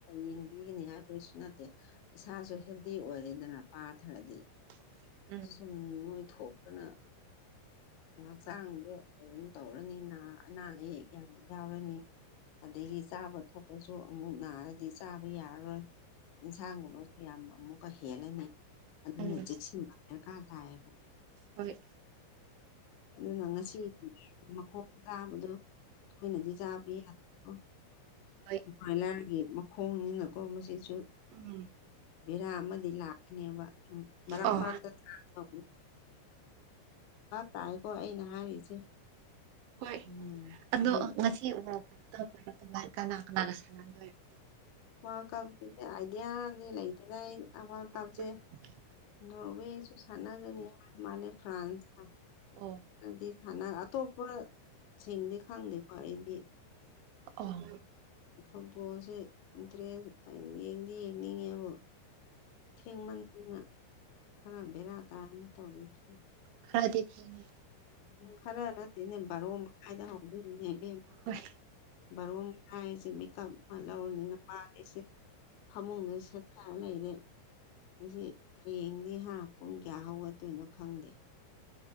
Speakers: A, on the left; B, on the right.
A: ꯌꯦꯡꯕꯤꯒꯅꯤ ꯍꯥꯏꯕꯒꯤꯁꯨ ꯅꯠꯇꯦ ꯏꯁꯥꯁꯨ ꯍꯦꯜꯗꯤ ꯑꯣꯏꯔꯦꯗꯅ ꯄꯥꯊꯔꯗꯤ
B: <unintelligible>
A: ꯁꯨꯝ ꯅꯣꯏꯊꯣꯛꯇꯅ ꯍꯛꯆꯥꯡꯗ ꯑꯗꯨꯝ ꯇꯧꯔꯅꯤ ꯑꯅꯥ ꯑꯌꯦꯛ ꯌꯥꯝ ꯌꯥꯎꯔꯅꯤ ꯑꯗꯒꯤ ꯆꯥꯕ ꯊꯄꯁꯨ ꯑꯃꯨꯛ ꯅꯥꯔꯗꯤ ꯆꯥꯕ ꯌꯥꯔꯔꯣꯏ ꯏꯟꯁꯥꯡꯒꯨꯝꯕꯁꯨ ꯌꯥꯝ ꯑꯃꯨꯛꯀ ꯍꯦꯜꯂꯅꯤ ꯑꯗꯨꯅ
B: ꯎꯝ
A: ꯆꯦꯛꯁꯤꯟ ꯗꯔꯀꯥꯔ ꯊꯥꯏꯌꯦꯕ
B: ꯍꯣꯏ
A: ꯑꯗꯨꯅ ꯉꯁꯤ ꯃꯈꯣꯡ ꯇꯥꯕꯗꯨꯣ ꯊꯅꯗꯤ ꯆꯥꯕ ꯌꯥꯣ
B: ꯍꯣꯏ
A: ꯃꯣꯏꯂꯥꯔꯒꯤ ꯃꯈꯣꯡꯅꯤꯅꯀꯣ ꯃꯁꯤꯁꯨ
B: ꯎꯝ
A: ꯕꯦꯔꯥ ꯑꯃꯗꯤ ꯂꯥꯛꯀꯅꯦꯕ ꯃꯔꯛ
B: ꯑꯣ
A: ꯃꯔꯛꯇ ꯊꯥ ꯇꯥꯏꯀꯣ ꯑꯩꯅ ꯍꯥꯏꯔꯤꯁꯦ
B: ꯍꯣꯏ
A: ꯎꯝ
B: ꯑꯗꯣ
A: ꯑꯗꯨ
B: ꯉꯁꯤ ꯇ ꯀꯅꯥ ꯀꯅꯥꯒ ꯁꯥꯟꯅꯗꯣꯏꯔꯣ
A: ꯋꯥꯔꯜ ꯀꯞꯀꯤꯗꯤ ꯑꯥꯏꯗꯤꯌꯥꯗꯤ ꯂꯩꯇꯦꯗ ꯑꯩ
B: <unintelligible>
A: ꯋꯥꯔꯜ ꯀꯞꯁꯦ ꯅꯣꯔꯋꯦꯁꯨ ꯁꯅꯖꯅꯤ ꯃꯥꯂꯦ ꯐ꯭ꯔꯥꯟꯁ
B: ꯑꯣ
A: ꯑꯗꯨꯗꯤ ꯊꯅ ꯑꯇꯣꯞ ꯁꯤꯡꯗꯤ ꯈꯪꯗꯦꯀꯣ ꯑꯩꯗꯤ
B: ꯑꯣ
A: ꯁꯝ ꯄꯣꯠꯁꯦ ꯏꯟꯇꯔꯦꯁ ꯌꯦꯡꯗꯤ ꯌꯦꯡꯅꯤꯡꯉꯦꯕ ꯊꯦꯡꯃꯟꯗꯅ ꯈꯔ ꯕꯦꯔꯥ ꯇꯥꯏꯅ ꯇꯧꯁꯦ
B: ꯈꯔꯗꯤ ꯊꯦꯡꯦ
A: ꯈꯔ ꯅꯠꯇꯦꯅꯦ ꯕꯥꯔꯣ ꯃꯈꯥꯏꯗ ꯍꯧꯗꯅꯦꯦꯝ
B: ꯍꯣꯏ
A: ꯕꯥꯔꯣ ꯍꯥꯏꯥꯏꯁꯦ ꯃꯤꯀꯞ ꯑꯃ ꯂꯧꯔꯅꯤꯅ ꯄꯥꯜꯂꯤꯁꯦ ꯐꯃꯨꯡꯗ ꯁꯦꯠꯊꯔ ꯂꯩꯔꯦ ꯍꯧ ꯍꯌꯦꯡꯗꯤ ꯍꯥ ꯄꯨꯡ ꯀꯌꯥ ꯍꯧꯒꯠꯇꯣꯏꯅꯣ ꯈꯪꯗꯦ